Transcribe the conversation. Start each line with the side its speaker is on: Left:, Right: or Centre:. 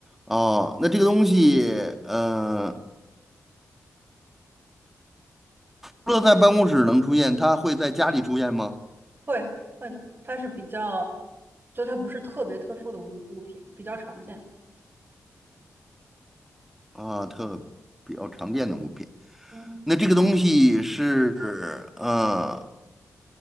Centre: 哦，那这个东西呃，除了在办公室能出现，它会在家里出现吗？
Right: 会会的，它是比较，就它不是特别特殊的物物品，比较常见。
Centre: 啊，特比较常见的物品。
Right: 嗯，
Centre: 那这个东西是呃，